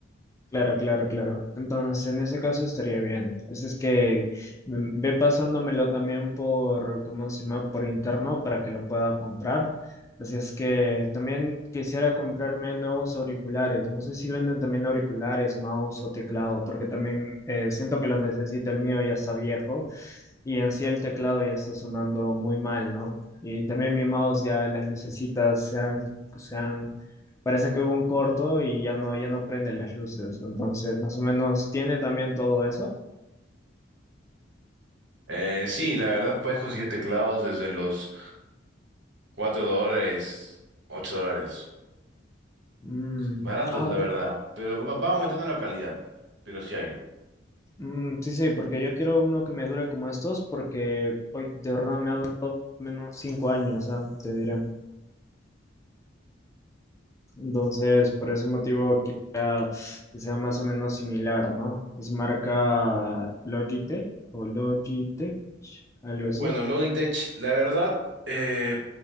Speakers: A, on the left; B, on the right.
A: Claro, claro, claro. Entonces, en ese caso estaría bien. Así es que mm, ve pasándomelo también por, ¿cómo se llama? Por interno para que lo pueda comprar. Así es que también quisiera comprarme nuevos auriculares. No sé si venden también auriculares, mouse o teclado, porque también eh, siento que lo necesito. El mío ya está viejo y en sí el teclado ya está sonando muy mal, ¿no? Y también mi mouse ya las lucecitas se han, se han parece que hubo un corto y ya no, ya no prende las luces. Entonces, más o menos, tiene también todo eso.
B: Eh, sí, la verdad puedes conseguir teclados desde los 4 dólares, 8 dólares.
A: Mm,
B: Baratos,
A: ah,
B: la verdad.
A: ta-
B: Pero va, va aumentando la calidad. Pero sí hay.
A: mm, sí, sí, porque yo quiero uno que me dure como estos, porque hoy de verdad me ha durado menos cinco años, ah, Te diré. Entonces, por ese motivo, quisiera que sea más o menos similar, ¿no? Es marca Logitech o Logitech, algo
B: Bueno,
A: así.
B: Logitech, la verdad, eh,